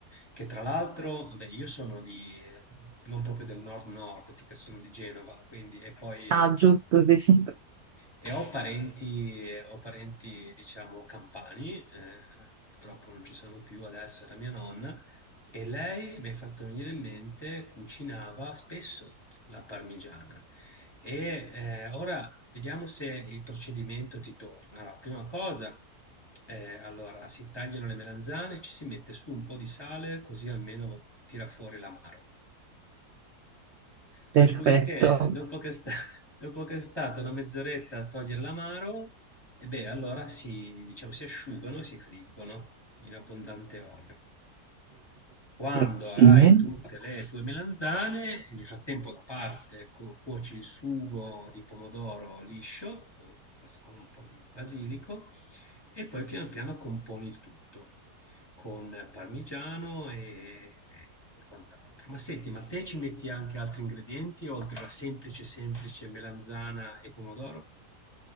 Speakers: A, on the left; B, on the right.
A: Che tra l'altro, vabbè, io sono di, non proprio del nord-nord, perché sono di Genova, quindi, e poi,
B: Ah,
A: eh,
B: giusto, sì, sì.
A: e ho parenti, ho parenti, diciamo, campani, eh, purtroppo non ci sono più adesso, era mia nonna, e lei m'hai fatto venire in mente, cucinava spesso la parmigiana. E eh, ora vediamo se il procedimento ti torna. Allora, prima cosa, eh, allora, si tagliano le melanzane, ci si mette su un po' di sale, così almeno tira fuori l'amaro.
B: Perfetto.
A: Dopodiché, dopo che, sta- <laughs> dopo che è stata una mezz'oretta a togliere l'amaro, e beh, allora si, diciamo, si asciugano e si friggono in abbondante olio. Quando
B: Sì.
A: hai tutte le tue melanzane, nel frattempo da parte cu- cuoci il sugo di pomodoro liscio con, con un po' di basilico e poi piano piano componi il tutto con parmigiano e, e quant'altro. Ma senti, ma te ci metti anche altri ingredienti oltre alla semplice, semplice melanzana e pomodoro?